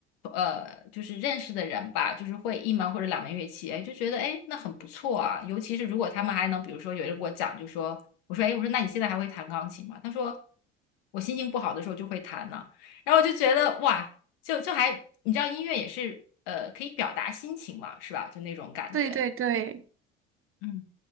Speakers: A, on the left; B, on the right.
A: 呃，就是认识的人吧，就是会一门或者两门乐器，哎，就觉得哎那很不错啊，尤其是如果他们还能，比如说有人给我讲，就说我说哎，我说那你现在还会弹钢琴吗？他说我心情不好的时候就会弹呐。然后我就觉得哇，就就还你知道音乐也是呃可以表达心情嘛，是吧？就那种感觉。
B: 对对对
A: 嗯，